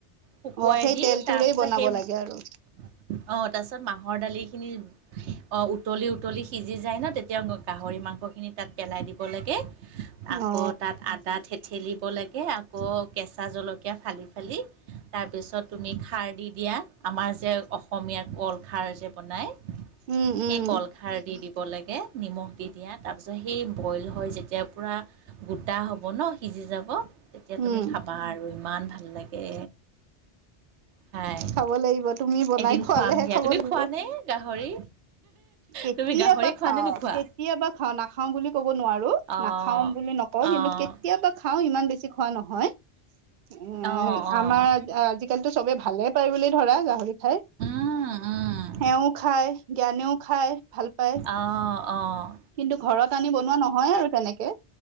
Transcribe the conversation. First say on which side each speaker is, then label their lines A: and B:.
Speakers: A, on the right (about 80°); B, on the right (about 60°).
A: শুকুৱাই
B: অ সেই
A: দি
B: তেলটোৰেই
A: তাৰ পিছত
B: বনাব
A: সেই
B: লাগে আৰু
A: অঁ তাৰপিছত মাহৰ দালি খিনি- অঁ, উতলি উতলি সিজি যায় ন তেতিয়া গাহৰি মাংসখিনি তাত পেলাই দিব লাগে। আকৌ
B: অ
A: তাত আদা থেত- ঠেলিব লাগে আকৌ কেঁচা জলকীয়া ফালি ফালি- তাৰপিছত তুমি খাৰ দি দিয়া আমাৰ যে অসমীয়া কল খাৰ যে বনায়-
B: উম উম
A: সেই কল- খাৰ দি দিব লাগে নিমখ দি দিয়া তাৰপিছত সেই বইল হয় যেতিয়া পূৰা- গোটা হ'ব ন সিজি যাব, তেতিয়া
B: উম
A: তুমি খাবা আৰু ইমান ভাল লাগে। খাই
B: খাব লাগিব তুমি বনাই
A: এদিন
B: খোৱালেহে
A: খুৱাম দিয়া,
B: খাব
A: তুমি
B: লাগিব
A: খোৱ নে গাহৰি?
B: কেতিয়াবা
A: তুমি গাহৰি খোৱা
B: খাওঁ
A: নে নোখোৱা?
B: কেতিয়াবা খাওঁ নাখাওঁ বুলি ক'ব নোৱাৰো
A: অ',
B: নাখাওঁ বুলি নকওঁ,
A: অ',
B: কিন্তু- কেতিয়াবা খাওঁ ইমান বেছি খোৱা নহয়। এ
A: অ', অ',
B: আমাৰ আজিকালিতো চবে ভালে পায় বুলি ধৰা গাহৰি খাই।
A: উম উম'
B: এওঁ খায়, জ্ঞানেও খায়। ভাল পাই
A: অ', অ',
B: কিন্তু ঘৰত আনি বনোৱা নহয় আৰু তেনেকে।